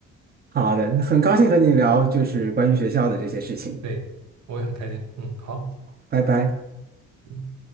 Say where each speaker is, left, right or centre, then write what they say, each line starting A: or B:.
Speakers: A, on the right; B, on the right.
A: 好的，很高兴和你聊就是关于学校的这些事情，
B: 对，我也很开心。嗯，好。
A: 拜拜。
B: 嗯。